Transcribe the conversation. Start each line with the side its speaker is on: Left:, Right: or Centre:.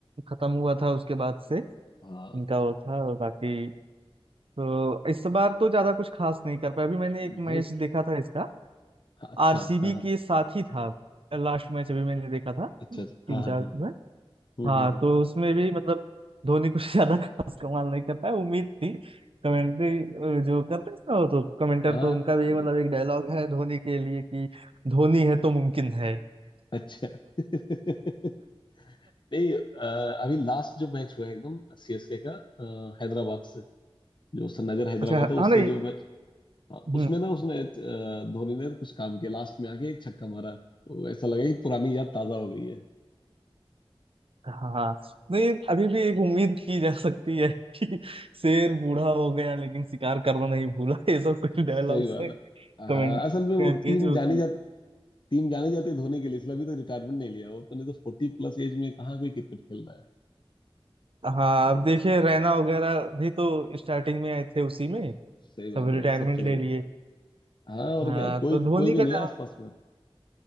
Right: खत्म हुआ था उसके बाद से
Left: हाँ
Right: इनका वो था और बाकी तो इस बार तो ज्यादा कुछ खास नहीं कर पाया अभी मैंने
Left: भाई
Right: एक मैच देखा था इसका
Left: हाँ, अच्छा
Right: आरसीबी
Left: हाँ हाँ
Right: के साथ ही था लास्ट मैच अभी मैंने देखा था
Left: अच्छा
Right: तीन
Left: अच्छा, हाँ हाँ
Right: चार
Left: हाँ
Right: में
Left: हम्म
Right: हाँ
Left: हम्म हम्म।
Right: तो उसमें भी मतलब धोनी कुछ <laughs> ज्यादा खास कमाल नहीं करता है उम्मीद थी कमेंट्री जो करते हैं ना वो तो कमेंटर
Left: हाँ
Right: तो उनका भी
Left: अरे
Right: मतलब एक डायलॉग है धोनी के लिए कि धोनी है तो मुमकिन है <laughs>
Left: अच्छा <laughs> नहीं अ, अभी लास्ट जो मैच हुआ है एकदम सीएसके का अ, हैदराबाद से जो सनराइजर हैदराबाद
Right: अच्छा
Left: है उससे
Right: हाँ नहीं
Left: जो मैच हाँ,
Right: हम्म,
Left: उसमें ना उसने अ, धोनी ने कुछ काम किया लास्ट में आके एक छक्का मारा तो ऐसा लगा कि पुरानी याद ताजा हो गई है
Right: हाँ हाँ। नहीं अभी भी एक उम्मीद की जा सकती है कि शेर बूढ़ा हो गया लेकिन शिकार करना नहीं भूला <laughs> ये सब कुछ डायलॉग्स
Left: सही बात
Right: है
Left: है
Right: कमेंट
Left: हाँ असल में वो
Right: करके
Left: टीम
Right: जो
Left: जानी
Right: कि
Left: जा टीम जानी जाती है धोनी के लिए इसलिए अभी तो रिटायरमेंट नहीं लिया वो तो नहीं तो फोर्टी प्लस एज में कहाँ कोई क्रिकेट खेल रहा है
Right: हाँ
Left: लेकिन
Right: अब देखिए रैना वगैरह भी तो स्टार्टिंग में आए थे उसी में
Left: सही
Right: सब
Left: बात है
Right: रिटायरमेंट
Left: वो सब चले
Right: ले
Left: गए
Right: लिए
Left: हाँ और
Right: हाँ
Left: क्या कोई
Right: तो धोनी
Left: कोई भी
Right: का
Left: नहीं
Right: जहाँ
Left: है आसपास में